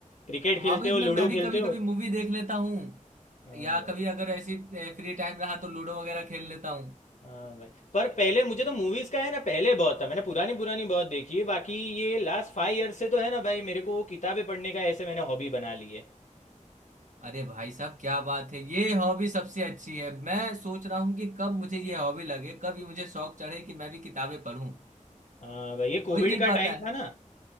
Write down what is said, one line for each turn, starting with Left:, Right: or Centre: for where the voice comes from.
Left: क्रिकेट खेलते
Right: हॉबीज
Left: हो
Right: में
Left: लूडो
Right: मैं भी
Left: खेलते
Right: कभी
Left: हो
Right: कभी मूवी देख लेता हूँ
Left: हाँ
Right: या
Left: भाई
Right: कभी अगर ऐसी फ्री टाइम रहा तो लूडो वगैरह खेल लेता हूँ
Left: हाँ भाई पर पहले मुझे तो मूवीज का है ना पहले बहुत था मैंने पुरानी पुरानी बहुत देखी है बाकी ये लास्ट फाइव ईयर से तो है ना भाई मेरे को वो किताबें पढ़ने का ऐसे मैंने हॉबी बना ली है
Right: अरे भाई साहब क्या बात है ये हॉबी सबसे अच्छी है मैं सोच रहा हूँ कि कब मुझे ये हॉबी लगे कब ये मुझे शौक चढ़े कि मैं भी किताबें पढूं
Left: हाँ भाई ये
Right: हो
Left: कोविड
Right: ही नहीं
Left: का
Right: पाता
Left: टाइम
Right: है
Left: था ना